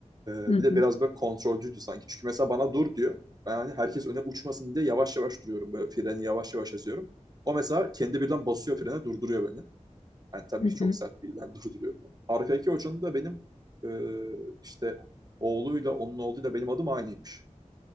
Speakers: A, on the right; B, on the left.
A: E,
B: Hı
A: bir de
B: hı,
A: biraz böyle kontrolcüydü sanki. Çünkü mesela bana dur diyor. Ben hani herkes öne uçmasın diye yavaş yavaş duruyorum. Böyle freni yavaş yavaş açıyorum. O mesela kendi birden basıyor frene durduruyor beni. Yani tabii
B: hı
A: çok
B: hı,
A: sert değil. Ben durduruyorum. Arkadaki hocanın da benim e, işte oğluyla onun oğluyla benim adım aynıymış.